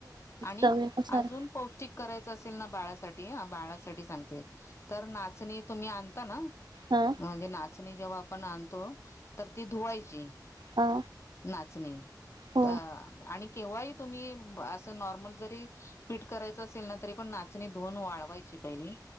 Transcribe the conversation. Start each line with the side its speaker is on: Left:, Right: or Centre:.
Left: आणि
Right: चवीनुसार
Left: अजून पौष्टिक करायचं असेल ना बाळासाठी ठी, बाळासाठी सांगते, तर नाचणी तुम्ही आणता ना
Right: हा
Left: म्हणजे नाचणी जेव्हा आपण आणतो, तर ती धुवायची,
Right: हा
Left: नाचणी
Right: हो
Left: अ आणि केव्हाही तुम्ही असं नॉर्मल जरी पीठ करायचं असेल ना तरी पण नाचणी धुऊन वाळवायची पहिली